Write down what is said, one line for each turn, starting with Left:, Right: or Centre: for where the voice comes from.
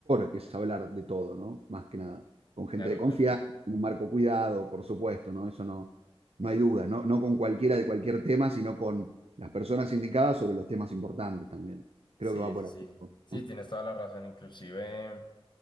Right: que es hablar de todo, ¿no? Más que nada, con gente
Left: Claro,
Right: de confianza,
Left: claro.
Right: en un marco cuidado, por supuesto, ¿no? Eso no, no hay duda, ¿no? No con cualquiera de cualquier tema, sino con las personas indicadas sobre los temas importantes también. Creo
Left: Sí,
Right: que va por
Left: sí, sí.
Right: ahí.
Left: Sí,
Right: ¿no?
Left: tienes toda la razón. Inclusive